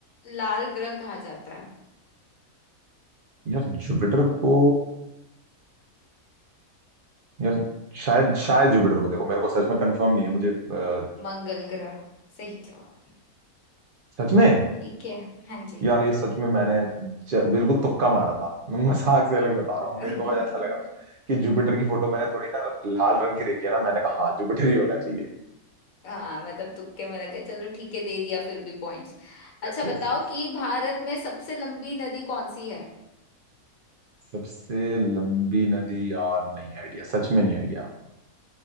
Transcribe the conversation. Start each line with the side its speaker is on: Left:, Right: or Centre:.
Left: लाल ग्रह कहा जाता है
Right: यार जुपिटर को यार शायद शायद जुपिटर को देखो मेरे को सच में कंफर्म नहीं है मुझे अ,
Left: मंगल ग्रह सही जवाब
Right: सच में
Left: ठीक है हाँ जी
Right: यार ये सच में मैंने ज- बिल्कुल तुक्का मारा था मैं मजाक से अलग बता रहा
Left: <laughs>
Right: हूँ मेरे को बस ऐसा लगा कि जुपिटर की फोटो मैंने थोड़ी ना लाल रंग की देखी है ना मैंने कहा हाँ जुपिटर ही होना चाहिए
Left: हाँ मतलब तुक्के में लगे चलो ठीक है दे दिया फिर भी पॉइंट्स अच्छा
Right: Yes
Left: बताओ
Right: yes yes
Left: कि भारत में सबसे लंबी नदी कौन सी है
Right: सबसे लंबी नदी यार नहीं आइडिया सच में नहीं आइडिया